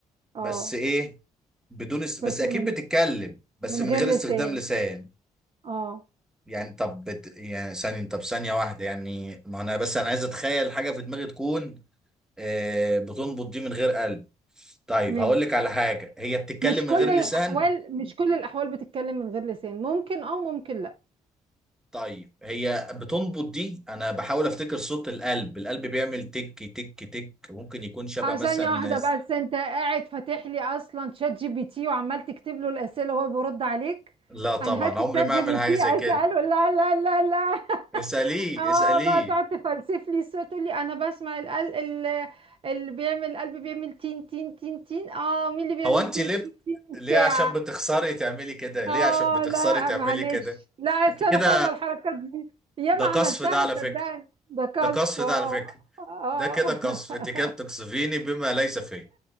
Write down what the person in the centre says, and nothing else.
بس ايه بدون است...
بس اكيد
بتتكلم بس
من
غير استخدام
لسان
يعني طب بت... يعني ثانية طب ثانية واحدة يعني ما انا بس انا عايز اتخيل حاجة في دماغي تكون آه بتنبض دي من غير قلب طيب
هقول لك على حاجة هي بتتكلم
من
غير
لسان
طيب هي بتنبض دي انا بحاول افتكر صوت القلب القلب بيعمل تك تك تك ممكن يكون شبه
مثلا
لا طبعا
عمري
ما
اعمل
حاجه
زي
كده
اساليه
اساليه
هو انت
ليه
بت-
ليه
عشان بتخسري تعملي كده ليه
عشان بتخسري
تعملي
كده
انت كده
ده قصف
ده على
فكره
ده قصف
ده على فكره
ده كده قصف انت كده بتقصفيني
بما ليس فيه